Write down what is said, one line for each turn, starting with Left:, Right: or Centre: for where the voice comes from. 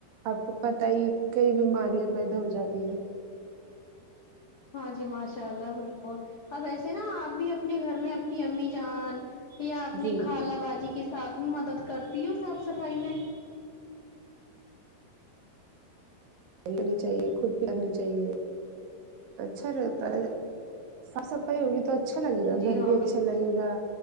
Right: آپ کو پتا ہی ہے کہ کئی بیماریاں پیدا ہو جاتی ہیں
Left: ہاں جی ماشاء اللہ بالکل اب ایسے نا آپ بھی اپنے گھر میں اپنی امی جان یا اپنی
Right: جی
Left: خالہ
Right: جی
Left: باجی کے ساتھ مدد کرتی ہو صاف صفایی میں
Right: ہونی چاہیےخود کرنی چاہیے اچھا رہتا ہے صاف صفائی ہوگی تو اچھا لگے گا
Left: جی
Right: گھر
Left: ہاں
Right: بھی اچھا
Left: بالکل
Right: لگے گا